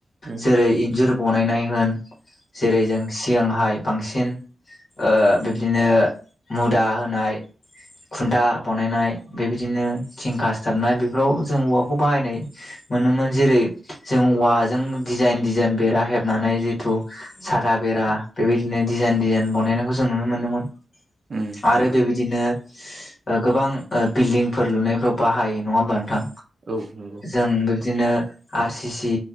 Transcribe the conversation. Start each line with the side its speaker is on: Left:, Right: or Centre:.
Right: उम
Left: जेरै इन्जुर बनायनाय होन जेरै जों सिगांहाय बांसिन बिबदिनो मुदा होनाय खुनथा बानायनाय बेबायदिनो थिं खासथाबनाय बेफोराव जों औवाखौ बाहायनाय मोनोमोन जेरै जों औवाजों डिजाइन डिजाइन बेरा हेबनानै जिथु साथा बेरा बेबायदि बिदिनो डिजाइन डिजाइन बनायनायखौ जों नुनो मोनदोंमोन
Right: उम
Left: आरो
Right: नंगौ
Left: बेबायदिनो ओ गोबां ओ बिल्डिंफोर लुनायफ्राव बाहायो नङा होमबा नोंथां?
Right: औ नंगौ।
Left: जों बिबदिनो आर सि सि